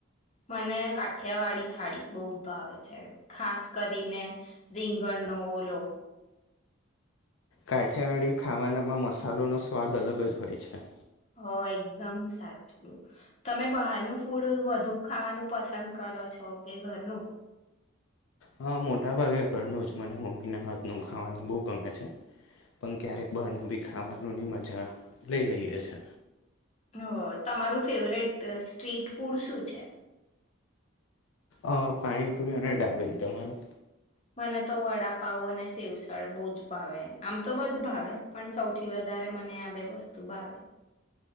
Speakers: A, on the left; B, on the left.
A: મને કાઠિયાવાડીી થાળી બહુ જ ભાવે છે ખાસ કરીને રીંગણનોો ઓલો
B: કાઠિયાિયાડીી ખાવાનામાં મસાલોનોો સ્વાદ અલગ જ હોય છે
A: હ એકદમ સાચવું તમે બહારનું ફૂડ વધુ ખાવાનું પસંદ કરો છો કે ઘરનું
B: હા મોટાભાગે ઘરનું જ મને મમ્મીના હાથનું ખાવાનું બહુ ગમે છે પણ ક્યારેક બહારનું બી ખાવાનુંની મજા લઈ લઈએ છે
A: હ તમારું ફેવરેટ સ્ટ્રીટ ફૂડ શું છે
B: અ પાણીપુરી અને દાબેલી તમારું
A: મને તો વડા પાઉ અને સેવસડ બહુ જ ભાવે આમ તો બધું ભાવે પણ સૌથી વધારે મને આ બે વસ્તુ ભાવે